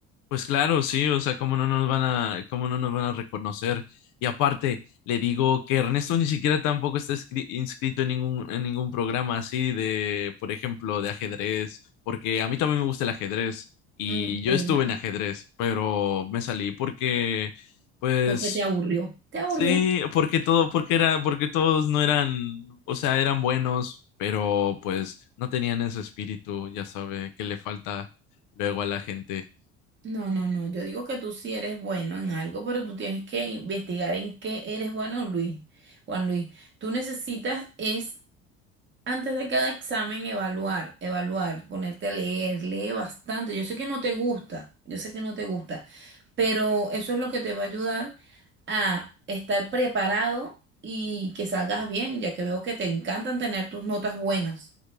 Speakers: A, on the left (about 70°); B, on the right (about 35°).
A: Pues claro, sí, o sea, cómo no nos van a, cómo no nos van a reconocer. Y aparte, le digo que Ernesto ni siquiera tampoco está escri- inscrito en ningún, en ningún programa así de, por ejemplo, de ajedrez, porque a mí también me gusta el ajedrez y
B: Mm,
A: yo
B: Bueno,
A: estuve en ajedrez, pero me salí porque, pues,
B: Porque te aburrió. Te aburrió.
A: sí, porque todo, porque era, porque todos no eran, o sea, eran buenos, pero pues no tenían ese espíritu, ya sabe, que le falta luego a la gente.
B: No, no, no. Yo digo que tú sí eres bueno en algo, pero tú tienes que investigar en qué eres bueno, Luis. Juan Luis, tú necesitas es antes de cada examen evaluar, evaluar, ponerte a leer, lee bastante. Yo sé que no te gusta, yo sé que no te gusta, pero eso es lo que te va a ayudar a estar preparado y que salgas bien, ya que veo que te encantan tener tus notas buenas.